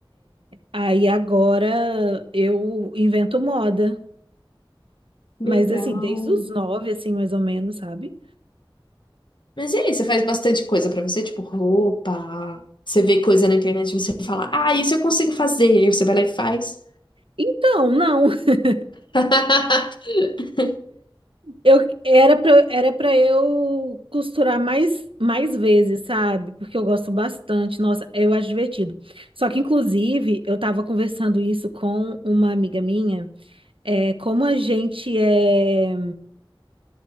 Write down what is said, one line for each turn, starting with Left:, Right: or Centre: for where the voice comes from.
Right: Aí agora eu invento moda,
Left: Legal.
Right: mas assim, desde os nove, assim, mais ou menos, sabe?
Left: Mas e aí, você faz bastante coisa pra você, tipo roupa. Você vê coisa na internet e você fala, ah, isso eu consigo fazer. Aí você vai lá e faz.
Right: Então, não, <laughs>
Left: <laughs>
Right: eu era pra, era pra eu costurar mais, mais vezes, sabe? Porque eu gosto bastante, nossa, eu acho divertido. Só que, inclusive, eu tava conversando isso com uma amiga minha, é, como a gente é